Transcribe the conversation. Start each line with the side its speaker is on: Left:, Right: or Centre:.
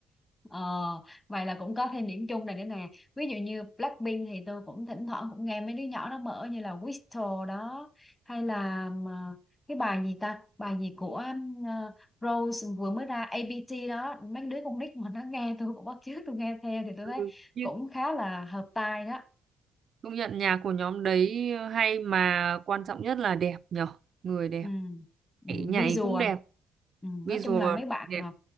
Left: Ờ, vậy là cũng có thêm điểm chung này nữa nè ví dụ như Blackpink thì tôi cũng thỉnh thoảng cũng nghe mấy đứa nhỏ nó mở như là Whistle đó hay là mà cái bài gì ta bài gì của ờ, Rose vừa mới ra ABT đó mấy đứa con nít mà nó nghe tôi cũng bắt chước tôi nghe theo thì tôi
Right: ừ,
Left: thấy
Right: nhưng
Left: cũng khá là hợp tai đó
Right: công nhận nhạc của nhóm đấy ờ, hay mà quan trọng nhất là đẹp nhở người đẹp
Left: ừ, ừ,
Right: nhảy, nhảy
Left: visual
Right: cũng đẹp
Left: à? ừ,
Right: visual
Left: nói chung là mấy bạn
Right: đẹp
Left: à,